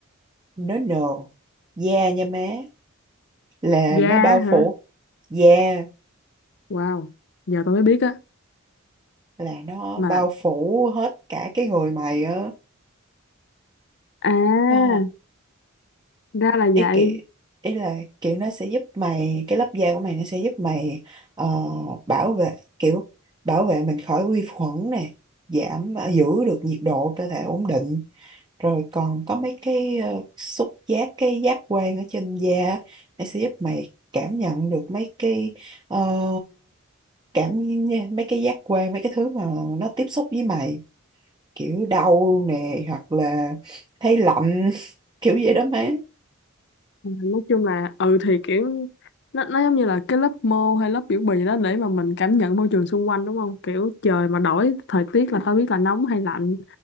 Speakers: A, on the right; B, on the left.
A: nó nồ da nha má là
B: Ga
A: nó bao phủ
B: hả?
A: da
B: Wow giờ tôi mới biết á
A: là nó
B: mà
A: bao phủ hết cả cái người mày á
B: à
A: nó
B: ra là vậy
A: ý kiểu ý là kiểu nó sẽ giúp mày cái lớp da của mày nó sẽ giúp mày ờ, bảo vệ kiểu bảo vệ mình khỏi vi khuẩn nè giảm giữ được nhiệt độ cơ thể ổn định rồi còn có mấy cái ờ, xúc giác cái giác quan ở trên da nó sẽ giúp mày cảm nhận được mấy cái ờ, cảm mấy cái giác quan mấy cái thứ mà nó tiếp xúc với mày kiểu đau nè hoặc là thấy lạnh <laughs> kiểu vậy đó má
B: nói chung là ừ thì kiểu nó nó giống như là cái lớp mô hay lớp biểu bì đó để mà mình cảm nhận môi trường xung quanh đúng không kiểu trời mà đổi thời tiết là tao biết là nóng hay lạnh